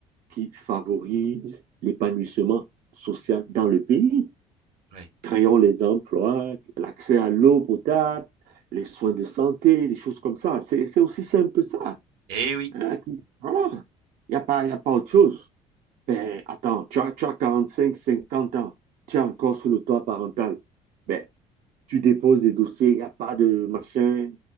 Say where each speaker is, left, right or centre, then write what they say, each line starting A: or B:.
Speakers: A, on the right (about 60°); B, on the right (about 75°).
A: qui favorisent l'épanouissement social dans le pays.
B: ouais.
A: Créons les emplois, l'accès à l'eau potable, les soins de santé, des choses comme ça. C'est, c'est aussi simple que ça.
B: Eh oui,
A: Hein, qui- Voilà. Il n'y a pas, y a pas autre chose. Ben, attends, tu as, tu as 45, 50 ans. Tu es encore sous le toit parental. Ben, tu déposes des dossiers, il n'y a pas de machin.